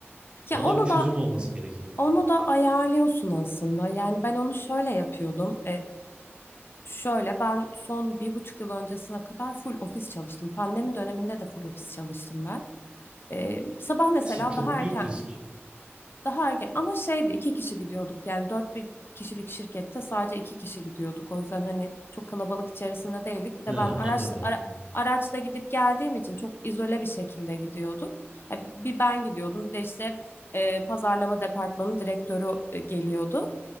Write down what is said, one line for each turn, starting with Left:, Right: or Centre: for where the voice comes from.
Left: Ya
Right: Ya ona
Left: onu
Right: bir çözüm
Left: da
Right: olması gerekiyor.
Left: onu da ayarlıyorsun aslında. Yani ben onu şöyle yapıyordum. Şöyle ben son bir buçuk yıl öncesine kadar full ofis çalıştım. Pandemi döneminde de full ofis çalıştım ben. Ee, sabah mesela
Right: Kesin çok
Left: daha
Right: büyük
Left: erken
Right: risk.
Left: daha erken ama şeydi iki kişi gidiyorduk yani dört bir kişilik şirkette sadece iki kişi gidiyorduk o yüzden hani çok kalabalık içerisinde değildik bir de
Right: Ha,
Left: ben araç
Right: anladım.
Left: ara-
Right: anladım.
Left: araçla gidip geldiğim için çok izole bir şekilde gidiyorduk Ya bir ben gidiyordum bir de işte e, pazarlama departmanı direktörü e, geliyordu